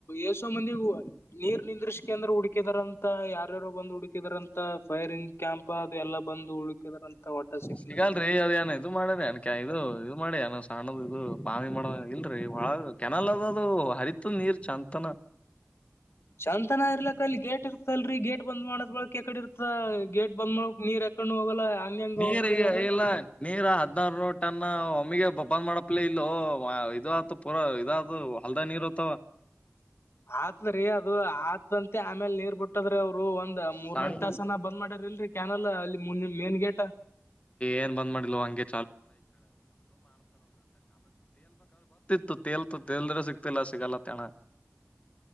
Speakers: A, on the left; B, on the left.
A: ಏಸೋ ಮಂದಿ ಹೂ ನೀರ್ ನಿಂದ್ರಿಸ್ಕೆಅಂದ್ರ ಹುಡಕಿದಾರ ಅಂತ ಯಾರ್ಯಾರು ಬಂದು ಹುಡುಕಿ. ಹಕಿದಾರಂತ ಫೈರಿಂಗ್ ಕ್ಯಾಂಪ್ ಅದು ಎಲ್ಲ ಬಂದು ಉಳುಕಿದಾರಂತ ಒಟ ಸಿಕ್ಕಲ
B: ಸಿಗಲ್ರಿ
A: ಅಂತಲ.
B: ಅದೇನ ಇದು ಮಾಡಿ ಅನ್ ಇದು ಇದು ಮಾಡಿ ಸಣ್ಣದ ಇದು ಬಾಮಿ ಮಾಡ ಇಲ್ರಿ ಒ ಕೆನಲ್ ಅದ ಅದು ಹರಿ. ತುನೀರ್ ಚಾನ್ತನ.
A: ಚಂತನ ಇರ್ಲಾಕ್ ಅಲ್ಲಿ ಗೇಟ್ ಇರ್ತಲ್ರಿ ಗೇಟ್ ಬಂದ್ ಮಾಡದ್ ಬಳಕ್ ಯಕಡೆ ಇರ್ತ ಗೇಟ್ ಬಂದ್ ಮಾಡಕ್ ನೀರ್. ಕಣ್ಣು ಹೋಗಲ್ಲ. ಹಂಗ ಹೆಂಗ
B: ನೀರಿಗೆ
A: ಹೋಗ್ತದ್ರಿ ಅದು
B: ಇಲ್ಲಾ. ನೀರು ಹದ್ನರ್ನುರ ಟನ್ ಒಮ್ಮಿಗೆ ಬಂದ್ ಮಾಡಪ್ಲ ಇಲ್ಲೊ ಇದು ಆತ. ಪೂರಾ ಇದಾದದು ಹೊಲ್ದ ನೀರು ಹೊತ್ತಾವ.
A: ಅತದ್ರಿ ಅದು ಆತಂತೆ ಆಮೇಲ್ ನೀರ್ ಬುಟ್. ಟ್ಟದ್ರೀ ಅವ್ರು ಒಂದ್ ಮೂರ್ನಾಕ್
B: ಸಣ್
A: ತಾಸನ ಬಂದ್ ಮಾಡ್ಯಾರ ಇಲ್ರರಿ ಕ್ಯಾನಲ್ ಅಲ್ಲಿ ಮೇನ್ ಗೇಟ್.
B: ಏನ್ ಬಂದ್ ಮಾಡಿಲ್ಲೊ ಹಂಗ್. ತುತೇಲ್ ತೇಲ್ದ್ರ ಸಿಗ್ತಿಲ್ಲ ಸಿಗಲ್ಲ ತಣ.